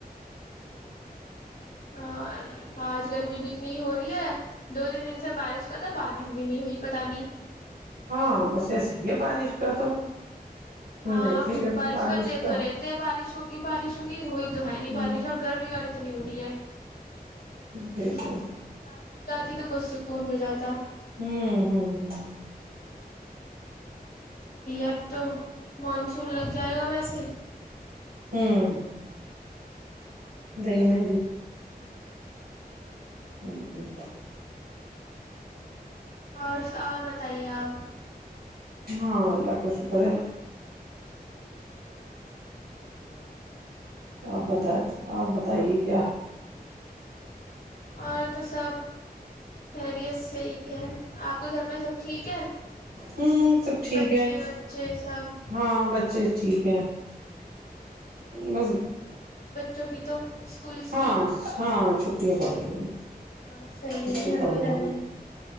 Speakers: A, on the left; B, on the right.
A: ہاں آج گرمی بھی اتنی ہو رہی ہے دو تین دن سے بارش کا تھا بارش بھی نہیں ہوئی پتہ نہیں
B: ہاں بس ایسے ہی ہے بارش کا تو سن
A: ہاں
B: رہے تھے کہ
A: بارش کر د
B: کا
A: تو رہتے بارش ہوگی بارش ہوگی ہوئی تو ہے نہیں
B: ہوں
A: بارش اور گرمی اور نی ہو رہی ہے
B: بالکل
A: بارش ہو جاتی تو کچئی سکون ہو جاتا
B: ہوں ہوں ہوں
A: اب تو مانسون لگ جائے گا ویسے
B: ہوں دہی میں بھی بالکل
A: اور اور بتائیے آپ
B: ہاں اللہ کا شکر ہے آپ بتا آپ بت تائی کیا
A: اور تو سب خیریت صحیح ہے آپ کے گھر میں سب ٹھیک ہے
B: ہ سب ٹھیک
A: بچے
B: ہے
A: بچے سب
B: ہاں بچے ٹھیک ہے بس
A: جو کع تو اسکولس
B: ہاں
A: کی
B: ہاں چھٹییا پڑ گئی ہیں
A: ہاں صحیح
B: چھٹی
A: ہے گھر
B: پڑ
A: میں ہی
B: گئی
A: رہنے
B: ہیں